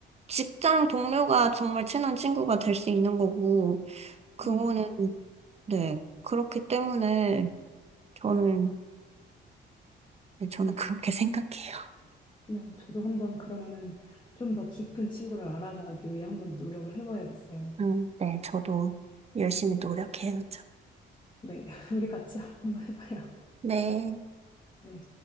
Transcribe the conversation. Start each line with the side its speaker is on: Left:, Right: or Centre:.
Right: 직장 동료가 정말 친한 친구가 될 수 있는 거고, 그거는,
Left: 음,
Right: 네, 그렇기 때문에 저는, 네, 저는 그렇게 생각해요.
Left: 네. 저도 한번 그러면은 좀 더 깊은 친구를 알아가기 위해 한번 노력을 해봐야겠어요.
Right: 음, 네, 저도 열심히 노력해야죠.
Left: 네. <laughs> 우리 같이 한번 해봐요.
Right: 네,
Left: 네.